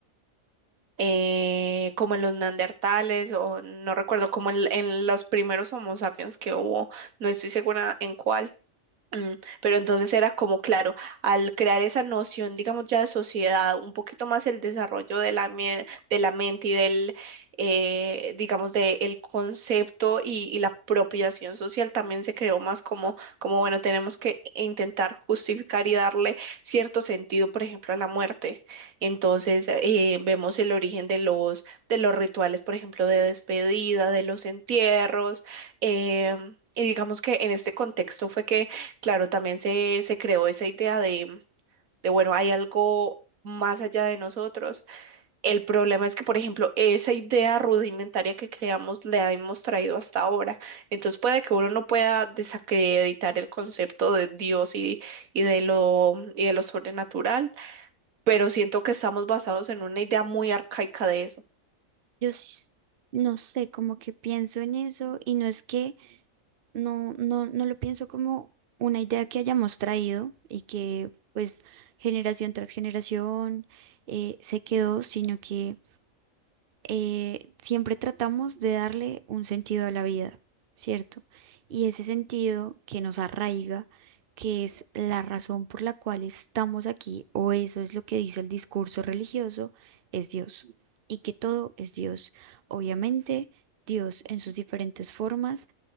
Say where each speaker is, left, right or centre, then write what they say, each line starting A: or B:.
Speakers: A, on the right; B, on the right.
A: eh, como en los neandertales o no recuerdo, como en, en los primeros Homo sapiens que hubo, no estoy segura en cuál, Mm, Pero entonces era como, claro, al crear esa noción, digamos, ya de sociedad, un poquito más el desarrollo de la, mie- de la mente y del, eh, digamos, del concepto y, y la apropiación social también se creó más como, como, bueno, tenemos que intentar justificar y darle cierto sentido, por ejemplo, a la muerte. Entonces, eh, vemos el origen de los, de los rituales, por ejemplo, de despedida, de los entierros, em, y digamos que en este contexto fue que Claro, también se, se creó esa idea de, de, bueno, hay algo más allá de nosotros. El problema es que, por ejemplo, esa idea rudimentaria que creamos la hemos traído hasta ahora. Entonces puede que uno no pueda desacreditar el concepto de Dios y, y de lo, y de lo sobrenatural, pero siento que estamos basados en una idea muy arcaica de eso.
B: Yo s- no sé, como que pienso en eso y no es que... No, no, no lo pienso como una idea que hayamos traído y que pues generación tras generación eh, se quedó, sino que eh, siempre tratamos de darle un sentido a la vida, ¿cierto? Y ese sentido que nos arraiga, que es la razón por la cual estamos aquí, o eso es lo que dice el discurso religioso, es Dios. Y que todo es Dios. Obviamente, Dios en sus diferentes formas